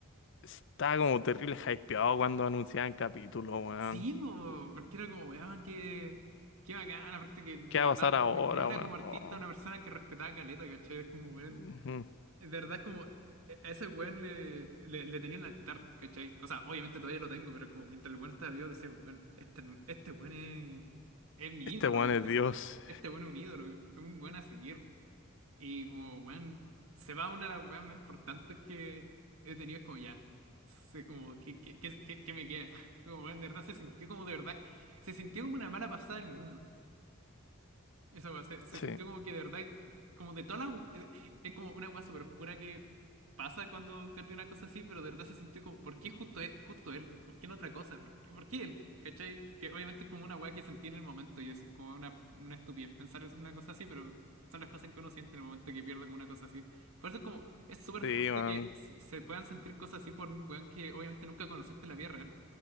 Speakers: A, on the left (about 60°); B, on the right (about 75°).
A: estaba como terrible hypeado cuando anunciaban capítulos, weón.
B: Sí, po, porque era como, weón, qué, qué bacán, aparte que de
A: ¿Qué va
B: verdad,
A: a pasar ahora,
B: po, me, me iba
A: weón?
B: como artista,
A: Oh,
B: una persona que respetaba caleta, ¿cachai? Es como, weón.
A: ujú.
B: de verdad es como, e, a ese weón le, le, le tenía un altar, ¿cachai? O sea, obviamente todavía lo tengo, pero es como mientras el weón estaba vivo decía, como, weón, este, este weón es, es mi
A: Este
B: ídolo,
A: weón
B: ¿cachai?
A: es Dios.
B: Este weón es un ídolo, es un weón a seguir. Y como, weón, se va una de las weas más importantes que he tenido, es como ya, sé como, ¿qué, qué, qué, qué- qué me queda? <laughs> Como, weón, de verdad se sintió como, de verdad, se sintió como una mala pasada del mundo. Esa weá se, se
A: Sí,
B: sintió como que de verdad, como de toda la. Es, es como una weá súper oscura que pasa cuando perdí una cosa así, pero de verdad se sintió como, ¿por qué justo él? Justo él? ¿Por qué no otra cosa? ¿Por qué, por qué él? ¿Cachai? Que obviamente es como una weá que sentí en el momento y es como una, una estupidez pensar en una cosa así, pero son las cosas que uno siente en el momento que pierde con una cosa así. Por eso es como, es súper
A: sí,
B: fuerte
A: weón.
B: que se se puedan sentir cosas así por un weón que obviamente nunca conociste en la vida real.